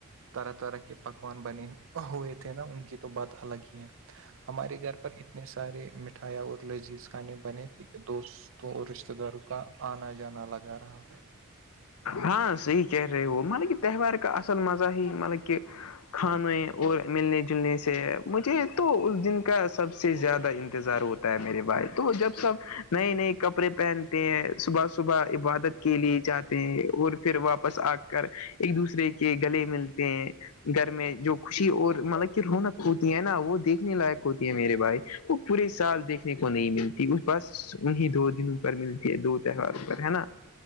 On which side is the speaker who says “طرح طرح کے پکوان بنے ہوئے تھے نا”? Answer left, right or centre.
Right